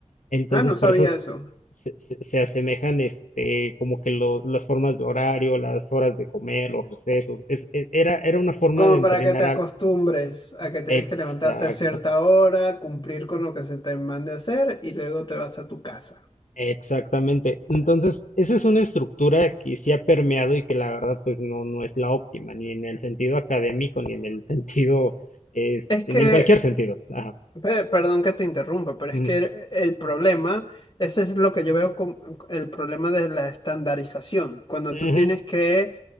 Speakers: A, on the left; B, on the left.
A: Entonces,
B: Ah, no sabía
A: por eso s-
B: eso.
A: se, se- se asemejan este, como que lo- las formas de horario, las horas de comer, los recesos. Es, e- era, era una forma
B: Como
A: de entrenar
B: para que te acostumbres
A: algo.
B: a que tienes
A: Exacto,
B: que levantarte a cierta hora, cumplir con lo que se te mande a hacer y luego te vas a tu casa.
A: exactamente. Entonces, esa es una estructura que sí ha permeado y que la verdad, pues no, no es la óptima, ni en el sentido académico, ni en el <laughs> sentido, este,
B: Es que,
A: ni en cualquier sentido. Ajá.
B: pe- perdón que te interrumpa, pero es
A: Ujú,
B: que el, el problema, ese es lo que yo veo como el problema de la estandarización. Cuando
A: ujú,
B: tú tienes que